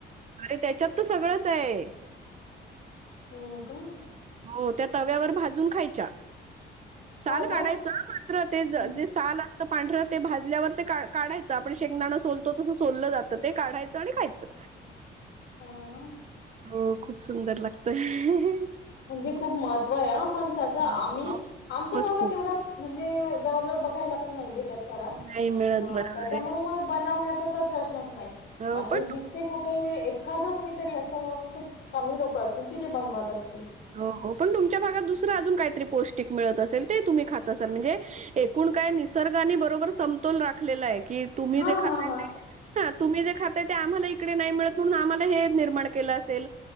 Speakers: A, on the right (about 35°); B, on the left (about 80°).
A: अरे त्याच्यात तर सगळंचय.
B: हो का.
A: हो त्या तव्यावर भाजून खायच्या. साल
B: हो
A: काढायचं
B: का?
A: अं मात्र ते ज
B: हम्म
A: जे साल पांढर ते भाजल्यावर ते का काढायचं आपण शेंगदाणां सोलतो तसं सोललं जातं ते काढायचं आणि खायचं.
B: <unintelligible>
A: हो खूप सुंदर लागतय. <unintelligible>
B: म्हणजे खूप महत्वय अं. फणसाच. आम्ही
A: खूपच
B: आमच्या भागात
A: खूप
B: एवढा म्हणजे जव जवळ बघायला, पण नाही भेटत. जरा
A: नाही मिळत बरोबर
B: त्याच्यामुळे
A: आहे
B: मग बनवण्यात, तर प्रश्न नाही
A: हो
B: आणि
A: पण
B: जिथे कुठे ये एखादं कुणीतरी असं खूप कमी लोक असतील की जे बनवत असतील.
A: हो पण तुमच्या भागात दुसरं अजून काहीतरी पौष्टिक मिळत असेल, ते तुम्ही खाता असाल म्हणजे एकूण काय निसर्गाने बरोबर समतोल राखलेलाय. की तुम्ही
B: हा
A: जे खाताय
B: हा हा
A: ते, हा तुम्ही जे खात ते आम्हाला इकडे नाही मिळत म्हणून आम्हाला हे निर्माण केल असेल.